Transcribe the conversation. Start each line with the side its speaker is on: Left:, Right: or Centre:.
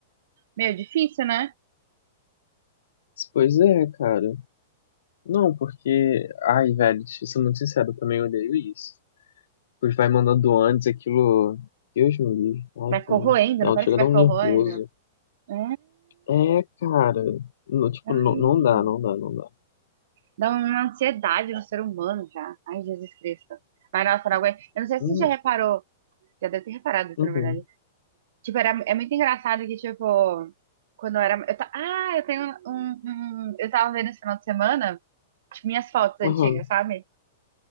Right: Meio difícil, né?
Left: Pois é, cara. Não, porque. Ai, velho, deixa eu ser muito sincero, eu também odeio isso. Pois vai mandando antes aquilo. Deus me livre. Ai,
Right: Vai corroendo,
Left: também. Não,
Right: não parece
Left: chega
Right: que vai
Left: a dar um
Right: corroendo.
Left: nervoso.
Right: É,
Left: É, cara. No, tipo,
Right: ai,
Left: não, não dá, não dá, não dá.
Right: dá uma ansiedade no ser humano já. Ai, Jesus Cristo. Mas nossa, não aguento. Eu não sei se
Left: Hum,
Right: você já reparou, já deve ter reparado isso,
Left: Uhum.
Right: na verdade. Tipo, era, é muito engraçado que, tipo, quando eu era. Eu ta... Ah, eu tenho um, um- um, Eu tava vendo esse final de semana, tipo, minhas fotos antigas,
Left: Uhum.
Right: sabe?